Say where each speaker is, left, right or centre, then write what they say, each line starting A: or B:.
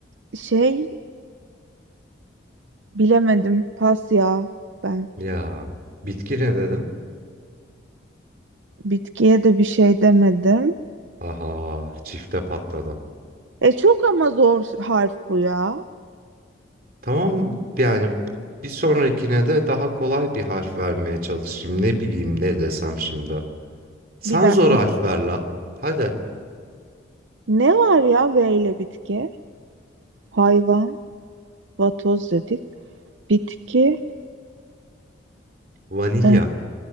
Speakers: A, on the right; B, on the right.
A: şey bilemedim. Pas ya ben.
B: Ya bitki ne dedim?
A: Bitkiye de bir şey demedim.
B: Aha çifte patladı.
A: E çok ama zor harf bu ya.
B: Tamam yani bir sonrakine de daha kolay bir harf vermeye çalışayım. Ne bileyim ne desem şimdi. Sen
A: Bir dakika.
B: zor harf ver la. Hadi
A: Ne var ya V ile bitki? Hayvan, vatoz dedik. Bitki.
B: vanilya.
A: eh,